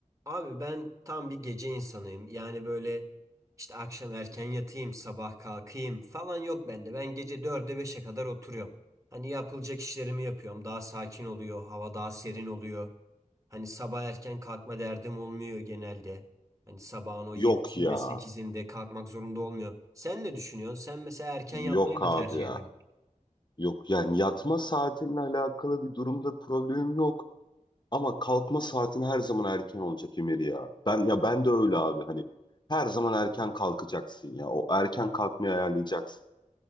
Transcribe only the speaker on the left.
Yok ya.
Yok
abi
ya.
Yok yani yatma saatinle alakalı bir durumda problemim yok. Ama kalkma saatin her zaman erken olacak Emir ya. Ben ya ben de öyle abi hani her zaman erken kalkacaksın ya. O erken kalkmayı ayarlayacaksın.